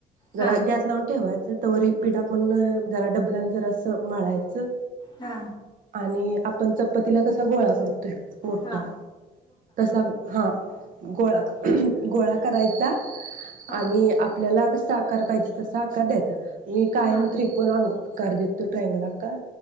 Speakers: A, on the right (about 55°); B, on the left (about 25°).
A: जरा
B: हा
A: गॅस लावून ठेवा तवर हे पीठ आपण जरा डबल जरा असं मळायचं
B: हा
A: आणि आपण चप पतीला कसा गोळा करतोय मोठा
B: हा
A: तसा हा गोळा गोळा करायचा
B: हा
A: आणि आपल्याला आकार पाहिजे तसा आकार द्यायचा. मी कायम
B: हा
A: त्रिकोण आकार देतो ट्रॅगल आकार